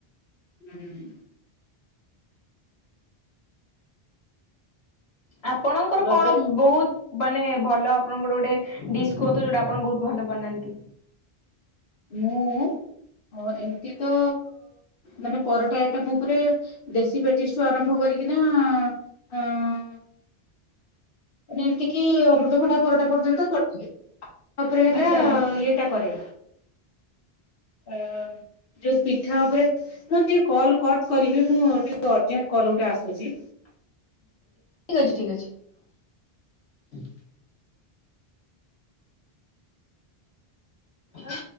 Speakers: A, on the left; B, on the left.
A: ହୁଁ।
B: ଆପଣଙ୍କର
A: ରଜରେ
B: କଣ ବହୁତ ମାନେ ଭଲ ଆପଣଙ୍କର ଗୋଟେ ଡିସ୍ କୁହନ୍ତୁ ଯୋଉଟା ଆପଣ ବହୁତ ଭଲ ବନାନ୍ତି।
A: ମୁଁ। ହ ଏମିତି ତ ମାନେ ପରଟା ଆଇଟମ ଉପରେ ଦେଶୀ ପେଟିସ୍ ଠୁ ଆରମ୍ଭ କରି କାହିଁକି ନା ଅ।
B: <inaudible>
A: ମାନେ ଏମିତିକି ଅମୃତଭଣ୍ଡା ପରଟା ପର୍ଯ୍ୟନ୍ତ ଗୋଟେ। ତାପରେ ହେଲା
B: ଆଚ୍ଛା ଆଚ୍ଛା।
A: ଇଏଟା କରେ
B: <inaudible>
A: ଅ ମ୍ ଯୋଉ ପିଠା ଉପରେ ମୁଁ ଟିକେ କଲ କଟ କରିବି ମୁଁ ଟିକ ଅର୍ଜେଣ୍ଟ କଲ ଗୋଟେ ଆସୁଛି।
B: <inaudible> ଠିକ ଅଛି ଠିକ ଅଛି। ଆଁ।